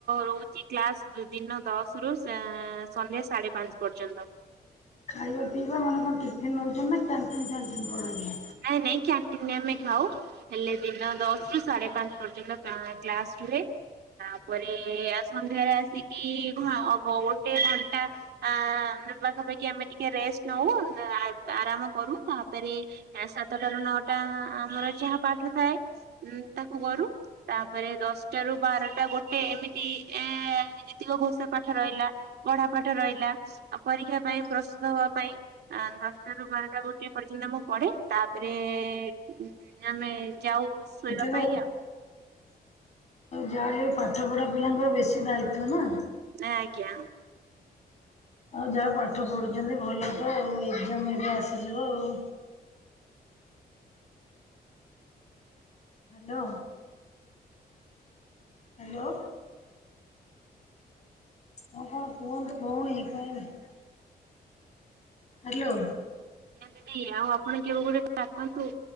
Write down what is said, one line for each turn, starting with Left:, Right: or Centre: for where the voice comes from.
Right: ରହୁଛି କ୍ଲାସ ଯୋଉ ଦିନ ଦଶରୁ ସା-ଆଁ ସନ୍ଧ୍ୟା ସାଢ଼େ ପାଞ୍ଚ ପର୍ଯ୍ୟନ୍ତ।
Left: ଖାଇବା ପିଇବା, ମାନେ କଣ ଟିଫିନ ନଉଛନ୍ତି ନା କ୍ୟାଣ୍ଟିନ୍ ଫ୍ୟାଣ୍ଟିନ୍ କଲେଜରେ?
Right: ନାଇଁ ନାଇଁ, କ୍ୟାଣ୍ଟିନରେ ଆମେ ଖାଉ ହେଲେ ଦିନ ଦଶରୁ ସାଢେ ପାଞ୍ଚ ପର୍ଯ୍ୟନ୍ତ କା-କ୍ଲାସ ରୁହେ, ତାପରେ ସନ୍ଧ୍ୟାରେ ଆସିକି ଘ ଗୋଟେ ଘଣ୍ଟା ଆ ପାଖାପାଖି ଆମେ ଟି କେ ରେଷ୍ଟ ନଉ, ଆ-ଆରାମ କରୁ, ତାପରେ ଏ ସାତଟାରୁ ନଅଟା ଆମର ଯାହା ପାଠ ଥାଏ ଉଁ ତାକୁ କରୁ ତାପରେ ଦଶଟାରୁ ବାରଟା ଗୋଟେ ଏମିତି ଏଁ ଯେତିକ ଘୋଷା ପାଠ ରହିଲା ପଢା ପାଠ ରହିଲା, ଆ ପରୀକ୍ଷା ପାଇଁ ପ୍ରସ୍ତୁତ ହବା ପାଇଁ, ଆ ଦଶଟାରୁ ବାରଟା ଗୋଟିଏ ପରୀ କ୍ଷା ଦିନ ମୁଁ ପଢ଼େ, ତାପରେ ଏ ଆମେ ଯାଉ ଶୋଇବା
Left: ଥିବେ
Right: ପାଇଁ ଆଉ।
Left: ଯାହାହେଲେ ବି ପାଠ ପଢା ପିଲାଙ୍କର ବେଶୀ ଦାୟିତ୍ୱ ନା।
Right: ନାଇଁ ଆଜ୍ଞା।
Left: ଆଉ ଯାହା ପାଠ ପଢୁଛନ୍ତି ଭଲ ତ ଆଉ ଏକ୍ଜାମ ଏବେ ଆସିଯିବ ଆଉ। ହ୍ୟାଲୋ। ହ୍ୟାଲୋ। ଆଉ କଣ କୁହନ୍ତୁ ଭଉଣୀ? କଇଆକୁ ଗଲେ ହ୍ୟାଲୋ।
Right: ଆଜ୍ଞା ଦିଦି। ଆଉ ଆପଣ କେବେ ଗୋଟେ ଡାକନ୍ତୁ?